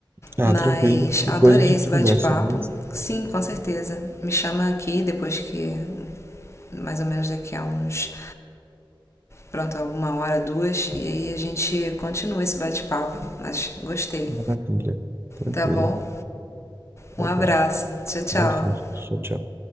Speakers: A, on the right; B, on the left.
A: Ah,
B: Mas
A: tranquilo. Depois
B: adorei
A: a gente
B: esse bate-papo.
A: conversa mais.
B: Sim, com certeza. Me chama aqui depois que mais ou menos daqui a uns, pronto, uma hora, duas, e aí a gente continua esse bate-papo. Mas gostei.
A: Maravilha. Tranquilo.
B: Tá bom? Um
A: Tá
B: abraço.
A: bom.
B: Tchau, tchau.
A: Abraço. Tchau, tchau.